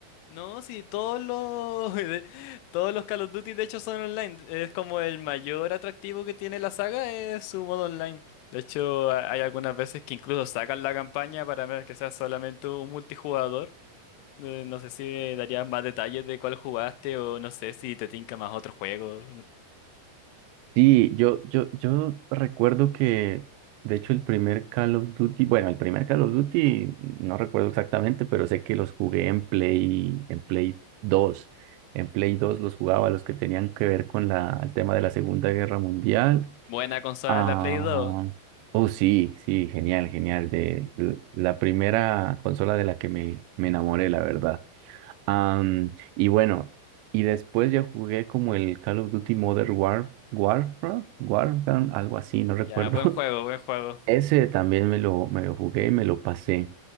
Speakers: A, on the left; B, on the right.
A: No, sí, todos los <laughs> de- todos los Call of Duty de hecho son online. Es como el mayor atractivo que tiene la saga es su modo online. De hecho, ha- hay algunas veces que incluso sacan la campaña para ver que sea solamente un multijugador. Eh, No sé si darías más detalles de cuál jugaste o no sé si te tinca más otro juego.
B: Sí, yo, yo, yo recuerdo que, de hecho, el primer Call of Duty, bueno, el primer Call of Duty, no recuerdo exactamente, pero sé que los jugué en Play, en Play dos, En Play dos los jugaba, los que tenían que ver con la, el tema de la Segunda Guerra Mundial.
A: Buena consola
B: Ah,
A: la Play 2.
B: oh, sí, sí, genial, genial. De l- la primera consola de la que me, me enamoré, la verdad. Am, y bueno, y después ya jugué como el Call of Duty Modern War, Warfare, Warfare, algo así, no
A: Ya,
B: recuerdo.
A: buen
B: <laughs>
A: juego, buen juego.
B: Ese también me lo, me lo jugué y me lo pasé.